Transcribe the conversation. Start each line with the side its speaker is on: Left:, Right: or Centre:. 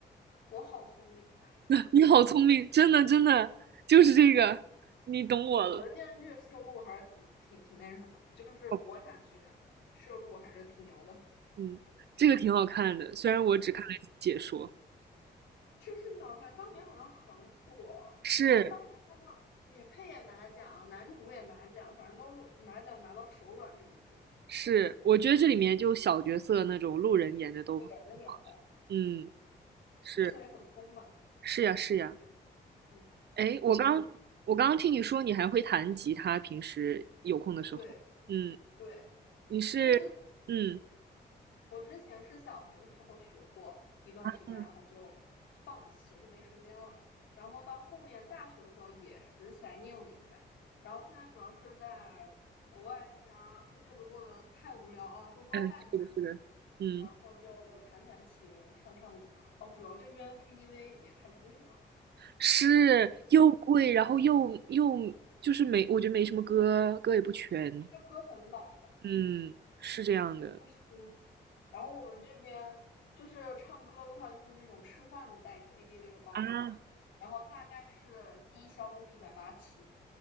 Left: 我好聪明，
Right: <laughs> 你好聪明，真的真的就是这个，你懂我了。
Left: 我的电视剧摄入还是挺挺挺那什么的，就是国产剧摄入还是挺牛的，
Right: 哦嗯，这个挺好看的，虽然我只看了解说。
Left: 嗯。这个挺好看，当年好像很火。
Right: 是
Left: 他们当年他们女配也拿奖，男主也拿奖，反正都拿奖拿到手软。这部剧
Right: 是，我觉得这里面就小角色那种路人演的都，
Left: 演的也好，
Right: 嗯，是
Left: 角色也很丰满，
Right: 是呀是呀。
Left: 嗯，
Right: 哎，
Left: 挺好的。
Right: 我刚我刚刚听你说你还会弹吉他，平时有空的时候，
Left: 对
Right: 嗯，
Left: 对，
Right: 你是
Left: 就是
Right: 嗯
Left: 我之前是小学的时候学过一段时间，
Right: 嗯，
Left: 然后就放弃了，就没时间了。然后到后面大学的时候也拾起来念了一下，然后现在主要是在国外这边儿日子过得太无聊了，就不知道干啥。
Right: 哎，是的是的，嗯。
Left: 然后就弹弹琴、唱唱歌。哦，主要这边 KTV 也太贵了，
Right: 是又贵，然后又又就是没，我觉得没什么歌，歌也不全，
Left: 它歌很老，
Right: 嗯，是这样的
Left: 就不新。然后我们这边就是唱歌的话，就是那种吃饭的带 KTV 的包房嘛，
Right: 啊，
Left: 然后大概是低消都是一百八起，